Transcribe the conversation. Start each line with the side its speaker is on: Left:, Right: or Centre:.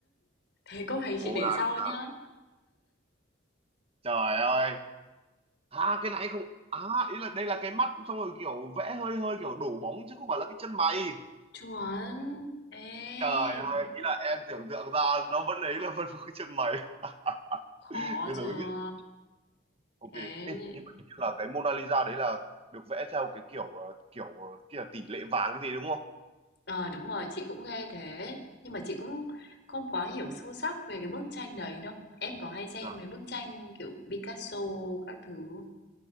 Left: thế câu này chị
Right: Mona
Left: để sau
Right: Lisa
Left: nhá.
Right: trời ơi à cái này không à ý là đây là cái mắt xong rồi kiểu vẽ hơi hơi kiểu đổ bóng chứ không phải là cái chân mày
Left: Chuẩn. Ê,
Right: trời ơi ý là em tưởng tượng ra nó vẫn ấy là vẫn có cái chân mày <laughs>
Left: khó
Right: bây
Left: chưa?
Right: giờ mới biết ok
Left: Thế
Right: Ê,
Left: nhỉ?
Right: nhưng mà hình như là cái Mona Lisa đấy là được vẽ theo cái kiểu ờ, kiểu ờ, kia là tỷ lệ vàng cái gì đúng không
Left: Ờ đúng rồi, chị cũng nghe thế. Nhưng mà chị cũng không quá hiểu sâu sắc về cái bức tranh đấy đâu. Em có hay xem
Right: Dạ.
Left: mấy bức tranh kiểu Picasso các thứ. không?